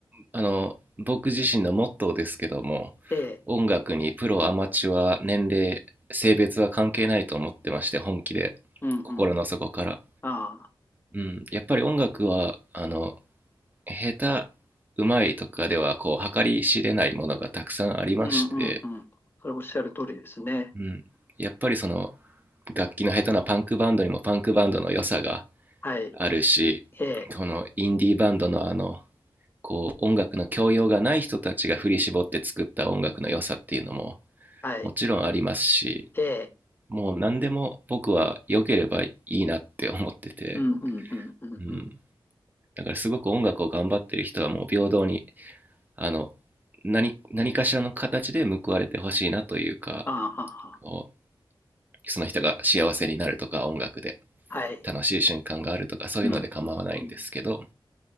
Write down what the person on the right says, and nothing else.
あの、僕自身のモットーですけども、
音楽にプロ、アマチュア、年齢、性別は関係ないと思ってまして、本気で、
心の底から。
うん。やっぱり音楽は、あの、下手、うまいとかでは、こう、計り知れないものがたくさんありまして、
うん。やっぱりその、楽器の下手なパンクバンドにもパンクバンドの良さが
あるし、
このインディーバンドのあの、こう音楽の教養がない人たちが振り絞って作った音楽の良さっていうのも
もちろんありますし、
もう何でも僕は良ければいいなって思ってて、
うん。
だからすごく音楽を頑張ってる人はもう平等に、あの、何、何かしらの形で報われてほしいなというか、
こうその人が幸せになるとか音楽で
楽しい瞬間があるとかそういうので構わないんですけど、